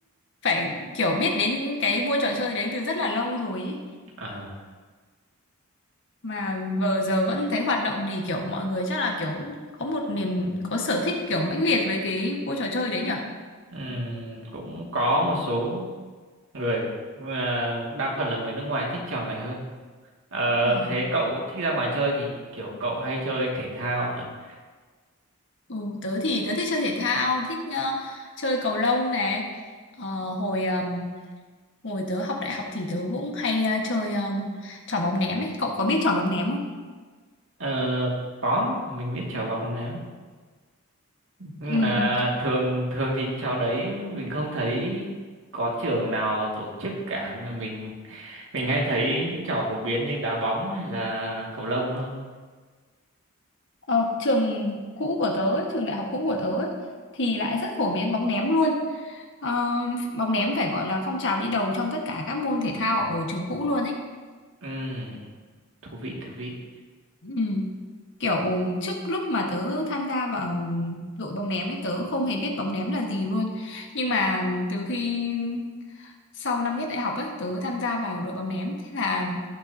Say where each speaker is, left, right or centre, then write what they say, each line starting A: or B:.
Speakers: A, on the left; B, on the right.
A: phải kiểu biết đến cái vua trò chơi đấy từ rất là lâu rồi ý.
B: à
A: Mà vừa giờ vẫn thấy hoạt động thì kiểu mọi người chắc là kiểu cũng có một niềm có sở thích kiểu mãnh liệt với cái vua trò chơi đấy nhở?
B: ừm, cũng có một số người nhưng mà đa phần là người nước ngoài thích trò này hơn Ờ,
A: Ờ,
B: thế cậu thích ra ngoài chơi thì kiểu cậu hay chơi thể thao hả
A: ừ, tớ thì tớ thích chơi thể thao, thích ờ, chơi cầu lông này. Ờ, hồi ờm, hồi tớ học đại học thì tớ cũng hay ờ, chơi ờm, trò bóng ném ấy. Cậu có biết trò bóng ném không?
B: Ờ, có mình biết trò vòng ném nhưng
A: Ừ.
B: mà thường thường thì trò đấy mình không thấy có trường nào tổ chức cả mình mình hay thấy những trò phổ biến như đá bóng hay là cầu lông thôi
A: Ờ, trường cũ của tớ ấy, trường đại học cũ của tớ ấy, thì lại rất phổ biến bóng ném luôn. Ờ, bóng ném phải gọi là phong trào đi đầu trong tất cả các môn thể thao ở trường cũ luôn ấy.
B: Ừm, thú vị thú vị
A: Ừ. Kiểu trước lúc mà tớ tham gia vào đội bóng ném ấy tớ không hề biết bóng ném là gì luôn. Nhưng mà từ khi sau năm nhất đại học ấy tớ tham gia vào đội bóng ném thế là